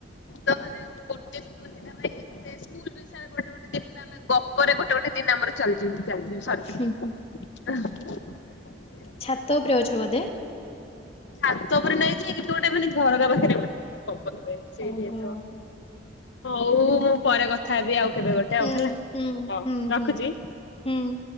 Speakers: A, on the left (about 70°); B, on the left (about 35°).
A: ତ ମାନେ ଗୋଟେ ସ୍କୁଲ ଥିଲା ଭାଇ ଏତେ ସ୍କୁଲ ବିଷୟ ରେ ଗୋଟେ ଗୋଟେ ଦିନ। ପୁରା ଆମେ ଗପରେ ଗୋଟେ ଗୋଟେ ଦିନ ଆମର ଚାଲିଯିବୁ ଚାଲିଯିବୁ ସରିଯିବ।
B: ହୁଁ ହୁଁ
A: ଏମିତି
B: ଛାତ
A: ଆଉ
B: ଉପରେ ଅଛ ବୋଧେ।
A: ଛାତ ଉପରେ ନାଇଁ ଯେ ଏଇଠି ଗୋଟେ ମାନେ ଝରକା ପାଖରେ ପବନ ହୁଏ ସେଇଠି
B: ଓହୋ
A: ହେଇଥିବ। ହଉ ମୁଁ ପରେ କଥା ହେବି ଆଉ କେବେ ଗୋଟେ
B: ହୁଁ
A: ହେଲା
B: ହୁଁ
A: ହଉ
B: ହୁଁ
A: ରଖୁଛି।
B: ହୁଁ ହୁଁ।